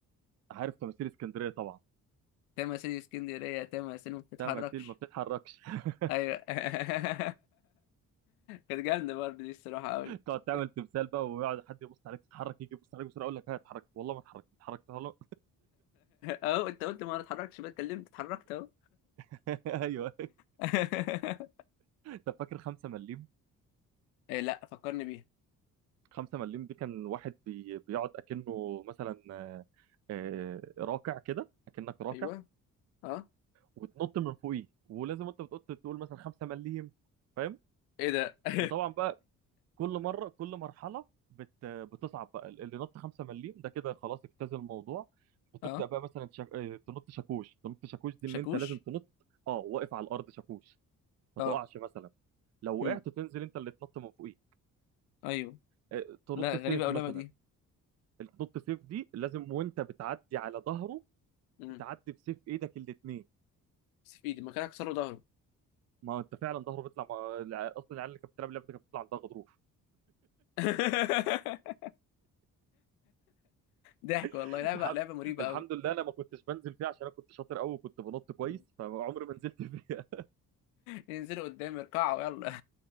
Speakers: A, on the right; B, on the left.
A: <laughs> عارف تماثيل اسكندريه طبعا
B: تماثيل اسكندريه تماثيل ما بتتحركش
A: تماثيل ما بتتحركش <laughs>
B: ايوه <laughs> كانت جامده برضه دي الصراحه قوي
A: تقعد
B: <laughs>
A: تعمل تمثال بقى ويقعد حد يبص عليك تتحرك يجي يبص عليك بسرعه اقول لك ها اتحرك والله ما اتحركت اتحركت والله
B: اهو انت قلت ما اتحركتش بقى اتكلمت اتحركت اهو
A: <laughs> ايوه
B: <laughs>
A: طب فاكر 5 مليم
B: إيه لا فكرني بيها
A: خمسة مليم دي كان واحد بي... بيقعد أكنه مثلا آه، آه، راكع كده أكنك راكع
B: ايوه اه
A: وتنط من فوقيه ولازم أنت بتقول تقول مثلا خمسة مليم فاهم
B: ايه ده <laughs>
A: وطبعا بقى كل مرة كل مرحلة بت... بتصعب بقى اللي نط خمسة مليم ده كده خلاص اجتاز الموضوع بتبدأ
B: اه
A: بقى مثلا شك... آه، تنط شاكوش تنط شاكوش دي
B: شاكوش
A: إن أنت لازم تنط أه واقف على الأرض شاكوش ما
B: اه
A: تقعش مثلا لو
B: امم
A: وقعت تنزل أنت اللي تنط من فوقيه
B: ايوه
A: آه، تنط
B: لا
A: سيف
B: غريبه قوي
A: مثلا
B: اللعبه دي
A: النط سيف دي لازم وانت بتعدي على ظهره
B: امم
A: تعدي بسيف ايدك الاثنين
B: بس في ايدي مكانها كسروا ظهره
A: ما انت فعلا ظهره بيطلع ما... الع- اصلا العيال اللي كانت بتلعب اللعبه دي كانت بتطلع عندها غضروف
B: <laughs> ضحك والله
A: <laughs>
B: لعبه
A: الحمد
B: لعبه مريبه
A: الحمد
B: قوي
A: لله انا ما كنتش بنزل فيها عشان انا كنت شاطر قوي وكنت بنط كويس
B: مم.
A: فعمري ما نزلت فيها <laughs>
B: ينزلوا قدام يركعوا يلا